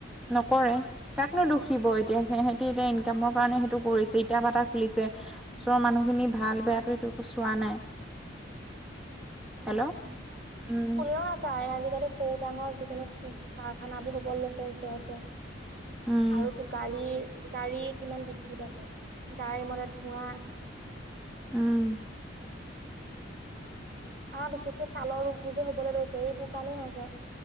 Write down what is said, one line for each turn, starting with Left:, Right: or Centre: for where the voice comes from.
Centre: নকৰে। কাক নো দুুখিব এতিয়া, সিহতে এতিয়া ইনকামৰ কাৰণে সেইটো কৰিছে, ইটা ভাটা খুলিছে। ওচৰৰ মানুহখিনি ভাল বেয়টো, এইটো একো চোৱা নাই।
Right: নাই
Centre: হেল্ল'
Right: চোৱা, নাই চোৱা,
Centre: উম
Right: কোনেও নাচায় আজিকালি সৰু ডাঙৰ যিকোনো কাৰখান বোৰ হ'ব লৈছে ওচৰে, ওচৰে।
Centre: উম
Right: আৰু তোৰ গাড়ীৰ, গাড়ীৰ কিমান বৃদ্ধি পাইছে, গাড়ীৰ মতে ধোঁৱা।
Centre: অহ।
Right: অ', বিশেষকে ছালৰ ৰোগ বোৰ যে হ'ব লে লৈছে, এইবোৰ কাৰণেই হৈছে।